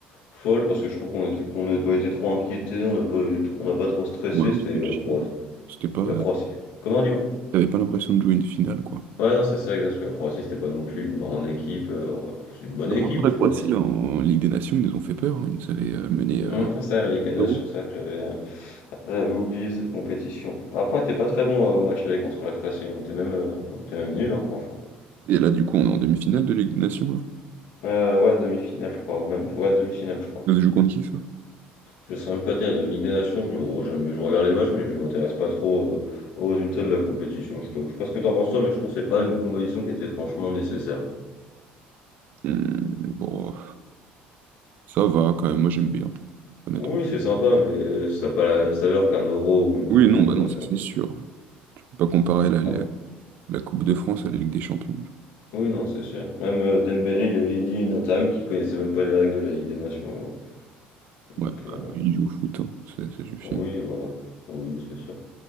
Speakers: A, on the left; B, on the right.
A: folle parce que je trouve qu'on était qu'on n'a pas été trop inquiété, on n'a pas eu trop- on n'a pas trop stressé.
B: Ouais, non,
A: C'était
B: c'était
A: la
B: chill.
A: Croatie.
B: ouais. C'était pas...
A: La Croatie. Comment dis-moi?
B: T'avais pas l'impression de jouer une finale, quoi.
A: Ouais, non, c'est ça, exact. Parce que la Croatie, c'était pas non plus une grande équipe. euh, ouais, c'est une bonne
B: Pourtant,
A: équipe,
B: la
A: tu
B: Croatie,
A: vois, mais c'est
B: là, en Ligue des Nations, ils nous ont fait peur. hein. Ils nous avaient euh, mené euh,
A: Hum, ça, la Ligue des Nations,
B: 0.
A: c'est ça que j'avais euh, j'avais oublié cette compétition. Après, on était pas très bon euh, au match aller contre la Croatie. On était même euh, on était même nul, franchement.
B: Et là, du coup, on est en demi-finale de Ligue des Nations, là.
A: Euh, ouais, demi-finale, je crois, ou même ouais, demi-finale, je crois.
B: Ça se joue contre qui, ça?
A: Je sais même pas dire, de Ligue des Nations, je, me- j'aime- je regarde les matchs, mais je m'intéresse pas trop aux, aux résultats de la compétition, je t'avoue. Je sais pas ce que t'en penses toi, mais je trouve que c'est pas une compétition qui était franchement nécessaire.
B: Hmm, bon, ça va quand même, moi j'aime bien, honnêtement.
A: Oui, c'est sympa, mais ça n'a pas la même saveur qu'un Euro ou une Coupe
B: Oui,
A: du
B: non,
A: Monde,
B: bah
A: quoi.
B: non,
A: Ça.
B: ça c'est sûr. Je peux pas comparer
A: Enfin,
B: la, la, la Coupe de France à la Ligue des Champions. Ouais,
A: oui, non, c'est sûr. Même euh, Dembélé, il avait dit une interview qu'il connaissait même pas les règles de la Ligue des Nations. à un moment.
B: bah,
A: Donc, euh,
B: il joue au foot, hein, Ça, ça suffit.
A: oui, voilà. Oui, c'est sûr.